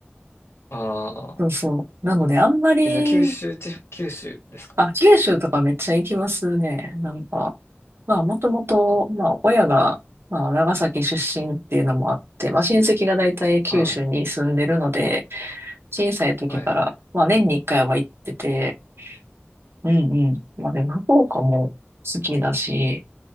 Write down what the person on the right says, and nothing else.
そうそう。なのであんまり、
あ、九州とかめっちゃ行きますね。なんか、まあもともと、
まあ親が、まあ長崎出身っていうのもあって、まあ親戚が大体九州に住んでるので、
小さい時から、
まあ年に一回は行ってて、うんうん。まあでも福岡も好きだし、